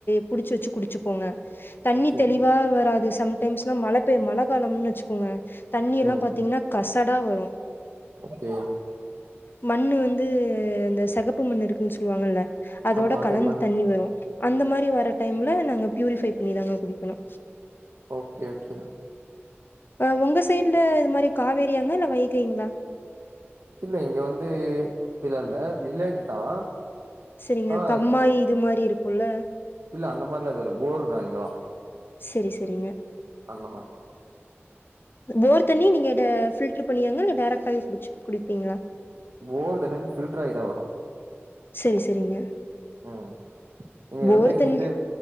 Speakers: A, on the left; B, on the right.
A: புடுச்சு வச்சு குடிச்சுப்போங்க தண்ணி
B: ஓகே
A: தெளிவா வராது சம்டைம்ஸ்லா மழ பெ மழ காலம்னு வச்சுக்கோங்க தண்ணி எல்லா
B: ம்
A: பாத்தீங்னா கசடா வரு
B: ஓகே
A: மண்ணு வந்து அந்த செகப்பு மண் இருக்குன் சொல்வாங்கல்ல அதோட
B: ஆமா
A: கலந்து
B: செம்மண்
A: தண்ணி வரு அந்த மாரி வர டைம்ல நாங்க பியூரிஃபை பண்ணிதாங்க குடிக்கனு
B: ஓகே ஓகே
A: அ ஒங்க சைட்ல இது மாரி காவேரியாங்க இல்ல வைகைங்ளா
B: இல்ல இங்க வந்து அப்டிலா இல்ல வில்லேஜ் தா
A: செரிங்க
B: ஆனா
A: கம்மாய் இது மாரி இருக்குல்ல
B: இல்ல அந்த மார்லா எதுவுல்ல போர்தா இங்கலா
A: செரி செரிங்க
B: அந்த மாரி
A: போர் தண்ணி நீங்க டே ஃபில்ட்ரு பண்ணியாங்க இல்ல டேரக்டாவே குடிச்சு குடிப்பீங்களா?
B: போர் தண்ணி வந்து ஃபில்ட்ராயி தா வரு
A: செரி செரிங்க
B: ம் இங்க
A: போர்
B: வந்து இங்கெந்து
A: தண்ணி